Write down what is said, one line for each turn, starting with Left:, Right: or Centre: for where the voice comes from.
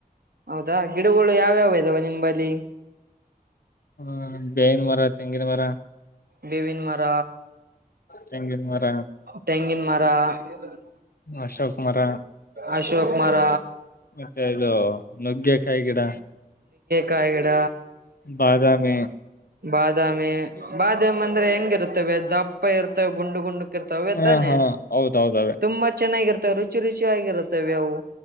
Right: ಹೌದಾ ಗಿಡಗಳು ಯಾವ್ಯಾವ ಇದಾವ ನಿಂಬಲ್ಲಿ
Left: ಹ್ಮ ಬೇವಿನ್ ಮರ ತೆಂಗಿನ ಮರ
Right: ಬೇವಿನ್ ಮರ
Left: ತೆಂಗಿನ ಮರ
Right: ತೆಂಗಿನ ಮರ <unintelligible>
Left: ಅಶೋಕುಮಾರ
Right: ಅಶೋಕ್ ಮರ
Left: ಮತ್ತೆ ಇದು ನುಗ್ಗೆಕಾಯಿ ಗಿಡ
Right: ಗಾಯಗಡ
Left: ಬಾದಾಮೀ
Right: ಬಾದಾಮಿ ಬಾದಾಮಮ್ಮ ಅಂದ್ರೆ ಹೆಂಗಿರುತ್ತೆ ಇವೆ ದಪ್ಪ ಇರ್ತವೆ ಗುಂಡು ಗುಂಡ ರ್ತ
Left: ಹಾ
Right: ತಾನೆ
Left: ಹಾ ಹೌದೌದವೇ
Right: ತುಂಬಾ ಚೆನ್ನಾಗಿರ್ತವೆ ರುಚಿ ರುಚಿ ಆಗಿರುತ್ತವೆ ಅವು